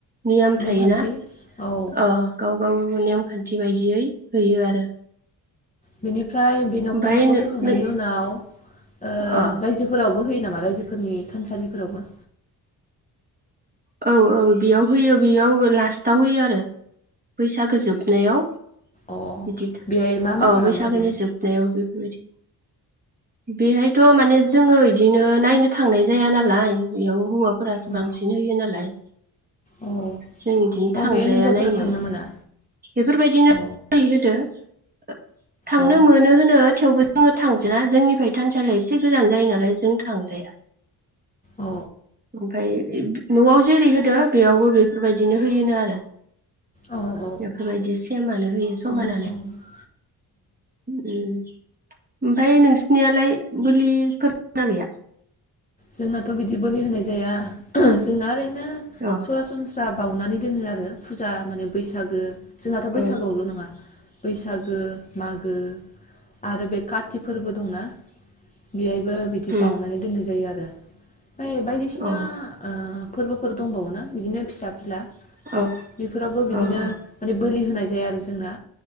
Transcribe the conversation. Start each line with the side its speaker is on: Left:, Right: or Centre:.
Right: नियाम
Left: नेमखान्थि
Right: थायोना
Left: औ औ
Right: अ गाव गाव नेमखान थि बायदियै होयो आरो।
Left: बेनिफ्राय बे न'खर
Right: ओमफाय
Left: न'खर
Right: नो
Left: होखांनायनि
Right: नो
Left: उनाव ओ
Right: अ
Left: रायजोफोरावबो है नामा रायजोफोरनि थानसालिफोरावबो?
Right: औ औ बेयाव होयो बेयाव लास्टाव होयो आरो। बैसागो जोबनायाव
Left: अ
Right: बिदि
Left: बेहाय मा मा
Right: औ
Left: खालामो
Right: बैसागोनि
Left: ओरैनो
Right: जोबनायाव बेफोरबायदि। बेहायथ' माने जोङो इदिनो नायनो थांनाय जाया नालाय बेयाव हौवाफो फोरासो
Left: औ
Right: बांसिन होयो नालाय नाय
Left: अ
Right: जों इदिनो थांजाया
Left: अ बेहाय हिनजावफोरा
Right: नायनो
Left: थांनो मोना
Right: बेफोरबायदिनो
Left: अ
Right: ओरै होदो। ओ थांनो
Left: अ
Right: मोनो होनो थेवबो जोङो थांजेना जोंनिफ्राय थानसालिया एसे गोजान जायो नालाय जों थांजाया
Left: औ
Right: ओमफाय इद न'आव जेरै होदो बेयावबो बेफोरबायदिनो होयोनो आरो।
Left: औ औ
Right: बेफोरबायदि सेमानो होयो समानो
Left: अ अ
Right: उम उम ओमफाय नोंसिनियालाय बोलि फोरना गैया?
Left: जोंनाथ' बिदि बोलि होनाय जाया जोंना ओरैनो
Right: अ
Left: सरासनस्रा बाउनानै दोनो आरो फुजा माने बैसागो जोंनाथ'
Right: अ
Left: बैसागुआवल' नङा। बैसाग ओ मागो आरो बे काति फोरबो दंना बेहाय ओ बिदि
Right: उम
Left: बावनानै दोननाय जायो आरो। जाहैबाय बायदिसिना
Right: अ
Left: ओ फोरबोफोर दंबावनो ना बिदिनो फिसा फिला
Right: अ
Left: बेफोरावबो बिदिनो
Right: अ अ
Left: माने बोलि होनाय ओमफ्राय आरो जोंना